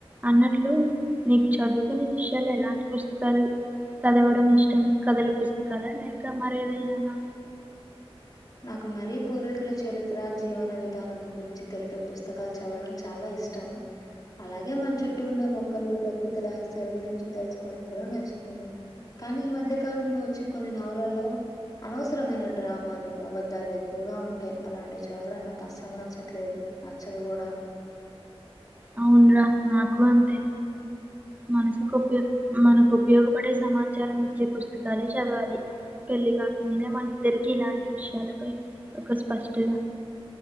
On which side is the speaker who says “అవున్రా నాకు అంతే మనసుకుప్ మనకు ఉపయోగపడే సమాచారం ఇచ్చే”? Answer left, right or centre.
Right